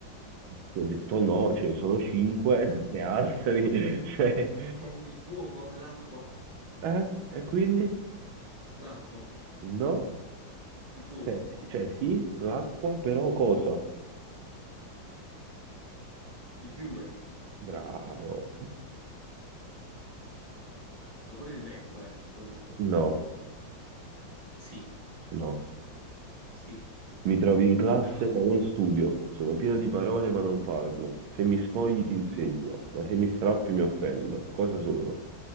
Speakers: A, on the right; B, on the right.
A: Ho detto no, ce ne sono cinque,
B: <laughs>
A: di altri. <laughs> Cioè,
B: Eh, Il fuoco, l'acqua,
A: eh? E quindi?
B: l'acqua,
A: No.
B: il fuoco,
A: Cioè, sì- cioè, sì, l'acqua, però cosa?
B: il fiume,
A: Bravo.
B: ma pure il vento è, comunque.
A: No,
B: Sì,
A: no.
B: sì.
A: Mi trovi in classe
B: La fa-
A: ma non studio. Sono pieno di parole ma non parlo. Se mi sfogli ti insegno,
B: Il,
A: ma se mi strappi mi offendo.
B: il
A: Cosa sono?